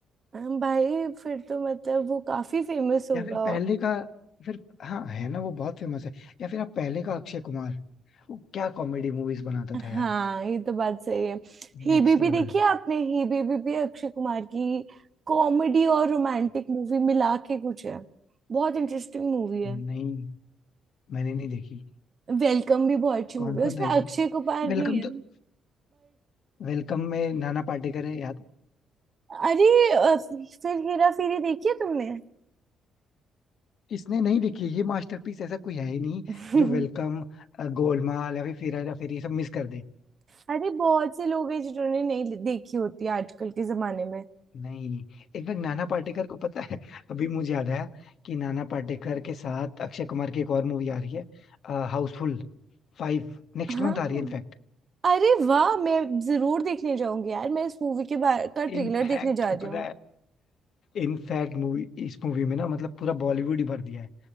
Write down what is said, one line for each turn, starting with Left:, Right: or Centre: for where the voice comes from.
Right: हम भाई फिर तो मतलब वो काफी फेमस होगा
Left: या फिर पहले का फिर हाँ है ना वो बहुत फेमस है या फिर आप पहले का अक्षय कुमार वो क्या कॉमेडी मूवीज बनाता था यार
Right: हाँ ये तो बात सही है ही
Left: नेक्स्ट
Right: बीबी
Left: लेवल
Right: देखी है आपने ही बीबी भी अक्षय कुमार की कॉमेडी और रोमांटिक मूवी मिला के कुछ है बहुत इंटरेस्टिंग मूवी है
Left: नहीं मैंने नहीं देखी
Right: वेलकम भी बहुत अच्छी
Left: कौन
Right: मूवी
Left: कौन
Right: है उसमें
Left: था
Right: अक्षय
Left: इसमें
Right: कुमार
Left: वेलकम
Right: नहीं है
Left: तो वेलकम में नाना पाटेकर है याद
Right: अरे अ, फिर हेरा फेरी देखी है तुमने
Left: इसने नहीं देखी है, ये मास्टरपीस ऐसा कोई है ही नहीं
Right: <laughs>
Left: जो वेलकम गोलमाल या फिर फिर हेरा फेरी ये सब मिस कर दे
Right: अरे बहुत से लोग हैं जिन्होंने नहीं देखी होती आजकल के जमाने में
Left: नहीं इनफैक्ट नाना पाटेकर को पता है अभी मुझे याद आया कि नाना पाटेकर के साथ अक्षय कुमार की एक और मूवी आ रही है हाउसफुल फाइव नेक्स्ट
Right: हाँ
Left: मंथ आ रही है इनफैक्ट
Right: अरे वाह मैं जरूर देखने जाऊंगी यार मैं इस मूवी के बारे का ट्रेलर
Left: इनफैक्ट
Right: देखने जा रही
Left: पता
Right: हूँ
Left: है इनफैक्ट मूवी इस मूवी में ना मतलब पूरा बॉलीवुड ही भर दिया है